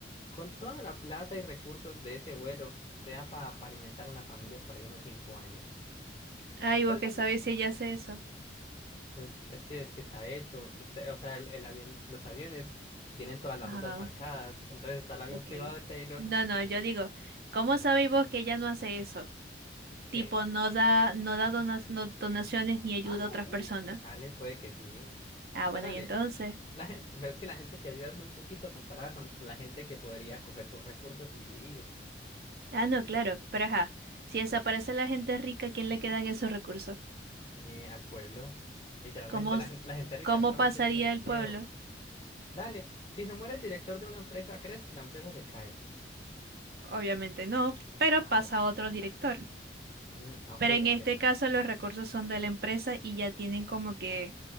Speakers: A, on the left; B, on the right.
A: Con toda la plata y recursos de ese vuelo te da para alimentar una familia por ahí unos cinco años.
B: Ay,
A: Entonces,
B: vos qué sabés
A: dale.
B: si ella hace eso.
A: Pues es que es que está hecho, este, o sea, el, el avión, los aviones tienen todas las
B: Ajá,
A: rutas marcadas, entonces está el avión
B: ok.
A: privado de Taylor
B: No, no, yo digo, ¿cómo sabéis vos que ella no hace eso?
A: ¿Qué?
B: Tipo, no da, no da dona- no- donaciones ni ayuda
A: Ah, no,
B: a otras
A: sí.
B: personas.
A: Dale, puede que sí.
B: Ah,
A: Pero
B: bueno,
A: dale,
B: y entonces.
A: la, <laughs> gen- pero es que la gente que ayuda es muy poquito comparada con la gente que podría coger sus recursos y vivir
B: Ah, no, claro, pero ajá. Si desaparece la gente rica, ¿a quién le quedan esos recursos?
A: eh, al pueblo. Literalmente,
B: ¿Cómo,
A: la,
B: s-
A: gen- la gente rica
B: cómo
A: solamente
B: pasaría
A: tiene dinero.
B: el pueblo?
A: Dale, si se muere el director de una empresa, ¿crees que la empresa se cae?
B: Obviamente no, pero
A: Ah,
B: pasa otro director.
A: mm, ok,
B: Pero en
A: ok.
B: este caso los recursos son de la empresa y ya tienen como que,